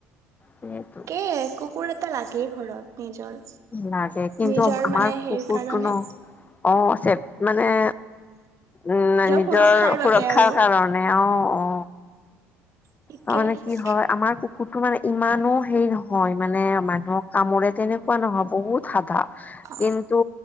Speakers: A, on the left; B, on the right.
A: সেইটো।
B: কে কুকুৰ এটা লাগেই ঘৰত নিজৰ।
A: লাগে কিন্তু
B: নিজৰ
A: আমাৰ
B: মানে হেৰি
A: কুকুৰটো
B: কাৰণে
A: ন অ' চ মানে উম নিজৰ
B: সুৰক্ষাৰ
A: সুৰক্ষাৰ
B: বাবে আৰু
A: কাৰণে অ', অ'।
B: ঠিকে
A: তাৰমানানে
B: আছে
A: কি হয় আমাৰ কু কুৰটো মানে ইমানো হেৰি নহয় মানে মানুহক কামৰে তেনেকুৱা কোৱা নহয় বহুত সাধা।
B: অ
A: কিন্তু